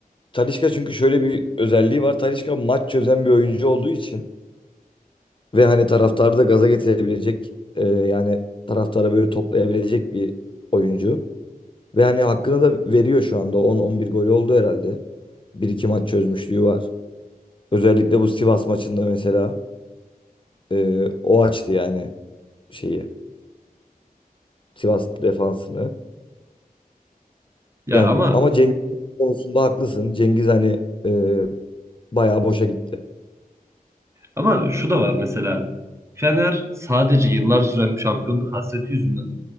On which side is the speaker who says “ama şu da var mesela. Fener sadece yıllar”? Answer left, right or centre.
Right